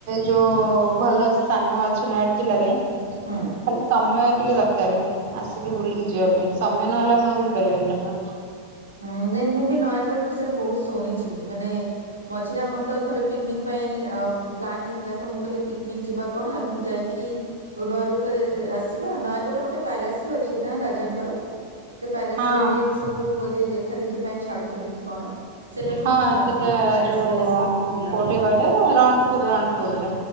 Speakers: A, on the right; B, on the right.
A: ଯୋଉ ଭଲ ସ୍ଥାନ ଅଛି ନୟାଗଡ ଜିଲ୍ଲାରେ। ଖାଲି
B: ହୁଁ।
A: ସମୟ ଟିକେ ଦରକାର ଆସିକି ବୁଲିକି ଯିବା ପାଇଁ ସମୟ ନହେଲେ ଆପଣ ବୁଲି ପାରିବେନି ଜମା।
B: ହୁଁ ନାଇଁ ମୁଁ ବି ନୟାଗଡ ବିଷୟରେ ବହୁତ ଶୁଣିଛି। ମାନେ ମଝିରେ ଆମର ତ ଥରେ ପିକନିକ ପାଇଁ ପାଇଁ ପ୍ଲାନ ହେଇଥିଲା ତ ମୁଁ କହିଲି ପିକନିକ ଯିବା କଣ? ଏମତି ଯାଇକି ରୁଆ ରୁହି କରି ଆସିବା ନୟାଗଡରେ ଗୋଟେ ପ୍ୟାଲେସ ବି ଅଛି ନା ରାଜାଙ୍କର। ସେ ପ୍ୟାଲେସ
A: ହଁ
B: ରେ ବି ଏବେ ସବୁ ବୋଧେ ଦେଖା ଦେଖି ପାଇଁ ଛାଡୁଛନ୍ତି କି କଣ? ସେଟା ବି
A: ହଁ
B: ମୁଁ ଶୁଣିଥିଲି
A: ସେଟା
B: କି ପ୍ୟାଲେସ
A: ଯୋଉ
B: ଫ୍ୟାଲେସ ବୁଲାବୁଲି
A: କୋଉଠି
B: ପାଇଁ।
A: କହିଲେ ରଣପୁର ରଣପୁରରେ।